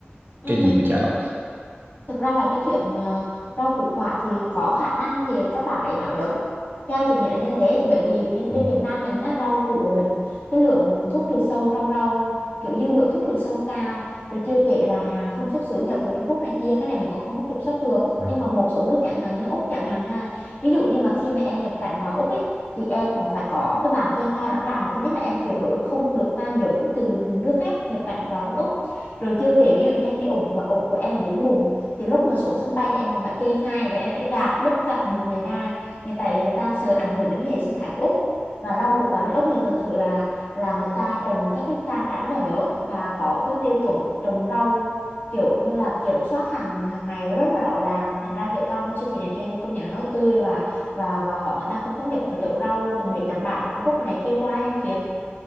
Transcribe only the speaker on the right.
cái gì mà chả độc
Ừ.
Ừ.